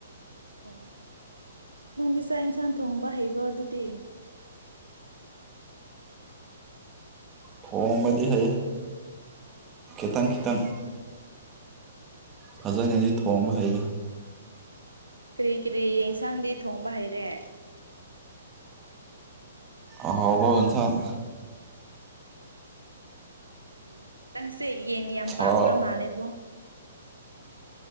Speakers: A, on the right; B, on the right.
A: ꯑꯣ ꯅꯪꯗꯤ ꯆꯥꯛ ꯌꯦꯟꯁꯥꯡ ꯊꯣꯡꯕ ꯍꯩꯕ꯭ꯔꯣ ꯑꯗꯨꯗꯤ
B: ꯊꯣꯡꯕꯗꯤ ꯍꯩ ꯈꯤꯇꯪ ꯈꯤꯇꯪ ꯐꯖꯅꯗꯤ ꯊꯣꯡꯕ ꯍꯩꯇ‌ꯦ
A: ꯀꯔꯤ ꯀꯔꯤ ꯏꯟꯁꯥꯡꯗꯤ ꯊꯣꯡꯕ ꯍꯩꯔꯦ
B: ꯑꯍꯥꯎꯕ ꯌꯦꯟꯁꯥꯡ
A: ꯎꯝ ꯅꯪꯁꯦ ꯌꯦꯟ ꯌꯥꯝ
B: ꯁꯥ
A: ꯄꯥꯝꯕ ꯃꯥꯜꯂꯦꯕꯣ